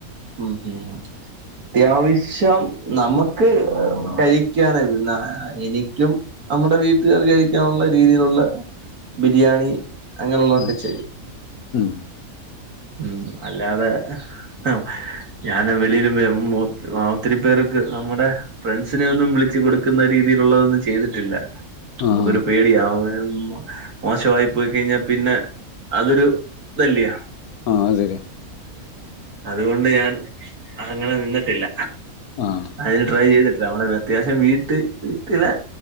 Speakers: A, on the right; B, on the left.
A: ഉം ശെരിയെന്നാ അത്യാവശ്യം നമുക്ക് കഴിക്കാൻ എന്നാ എനിക്കും നമ്മുടെ വീട്ടുകാർക്ക് കഴിക്കാനുള്ള രീതിയിലുള്ള ബിരിയാണി അങ്ങനെഉള്ളതൊക്കെ
B: ഉം
A: ചെയ്യും
B: ഉം
A: ഉം അല്ലാതെ ആഹ് ഞാന് വെളിയില് എം ഒ ഒത്തിരി പേര്ക്ക് നമ്മടെ ഫ്രണ്ട്സിനെ ഒന്നും വിളിച്ച് കൊടുക്കുന്ന രീതിലുള്ളതൊന്നും ചെയ്തിട്ടില്ല
B: ആഹ്
A: നമുക്കൊരു പേടിയമ്പയും മോശമായി പോയി കഴിഞ്ഞാ പിന്നെ അതൊരു ഇതല്യോ
B: ആ അത്ശെരിയാ
A: അതുകൊണ്ട് ഞാൻ അങ്ങനെ നിന്നിട്ടില്ല
B: ആഹ്
A: അതിന് ട്രൈ ചെയ്തിട്ടില്ല നമ്മടെ അത്യാവശ്യം വീട്ടി വീട്ടിലെ